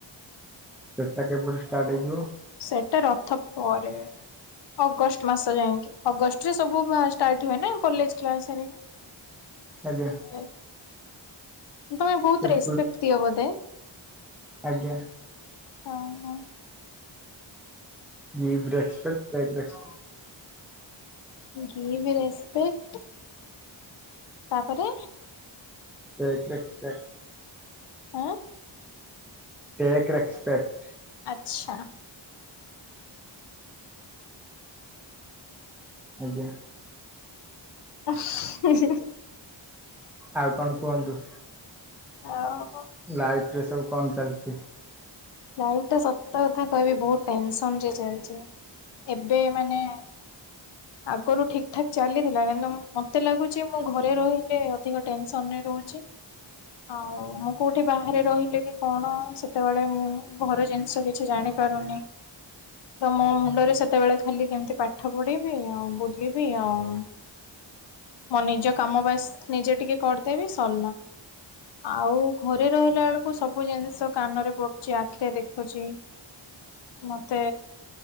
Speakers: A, in the centre; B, on the left.
A: ସେଟା କେବେଠୁ ଷ୍ଟାର୍ଟ ହେଇଯିବ?
B: ସେଟା ରଥ ପରେ। ଅଗଷ୍ଟ ମାସ ଯାଇକି ଅଗଷ୍ଟରେ ସବୁ ଷ୍ଟାର୍ଟ ହୁଏ ନା କଲେ୍ଜକ୍ଲାସ ସାରିକିନା।
A: ଆଜ୍ଞା!
B: ହଁ, ତମେ ବହୁତ
A: ସେପୁ
B: ରେସ୍ପେକଟ ଦିଅ ବୋଧେ।
A: ଆଜ୍ଞା
B: ହଁ, ହଁ।
A: Give respect take respect.
B: Give respect. ତାପରେ,
A: ଟେକ ରେସ୍ପେକ୍ଟ।
B: ହଁ,
A: ଟେକ୍ ରେସପେକ୍ଟ।
B: ଆଚ୍ଛା।
A: ଆଜ୍ଞା।
B: <unintelligible>
A: ଆଉ କଣ କୁହନ୍ତୁ?
B: ଓ ହୋ।
A: ଲାଇଫରେ ସବୁ କଣ ଚାଲିଛି?
B: ଲାଇଫ ଟା ସତ କଥା କହିବି ବହୁତ ଟେନସନରେ ଚାଲିଛି, ଏବେ ମାନେ ଆଗରୁ ଠିକ୍ ଠାକ୍ ଚାଲିଥିଲା କାହିଁକି ନା ମତେ ଲାଗୁଛି ମୁଁ ଘରେ ରହିଲେ ଅଧିକ ଟେନସନରେ ରହୁଛି। ଆଉ ମୁଁ କୋଉଠି ବାହାରେ ରହିଲେ ବି କଣ ସେତେବେଳେ ମୁଁ ଘର ଜିନିଷ ବି କିଛି ଜାଣିପାରୁନି।
A: <inaudible>
B: ତ ମୋ ମୁଣ୍ଡରେ ସେତେବେଳେ ଖାଲି କେମିତି ପାଠ ପଢିବି ଆଉ ବୁଲିବି ଆଉ ମୋ ନିଜ କାମ ବାସ ନିଜେ ଟିକେ କରିଦେବି ସରିଲା। ଆଉ ଘରେ ରହିଲା ବେଳକୁ ସବୁ ଜିନିଷ କାନରେ ପଡୁଛି, ଆଖିରେ ଦେଖୁଛି।
A: ?
B: ମୋତେ